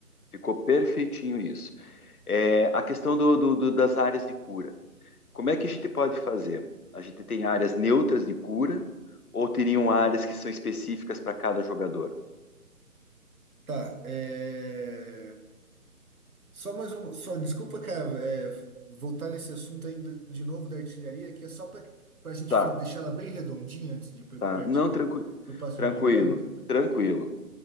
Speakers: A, on the left; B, on the right.
A: Ficou perfeitinho isso. É, a questão do- do- do- das áreas de cura. Como é que a gente pode fazer? A gente tem áreas neutras de cura ou teriam áreas que são específicas para cada jogador?
B: Tá, é... Só mais uma, só desculpa, cara, é, voltar nesse assunto ainda de novo da artilharia, que é só para a gente
A: Tá,
B: fi- deixar ela bem redondinha antes de par-
A: Tá.
B: partir
A: Não,
B: para
A: tranquilo.
B: a próxima
A: Tranquilo.
B: mecânica.
A: Tranquilo.